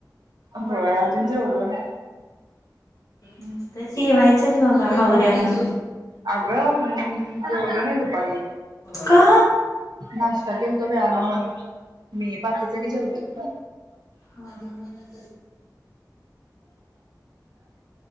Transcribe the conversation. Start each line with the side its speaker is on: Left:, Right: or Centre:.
Right: होय अजून जेवलो नाय.
Left: नुसतं जेवायचंच बघा हावऱ्यांनो.
Right: अगं मलं बोलू नाही दुपारी
Left: का
Right: नाश्ता केल तो वेळान म्हणून मी बाकीच की जेवलयात
Left: म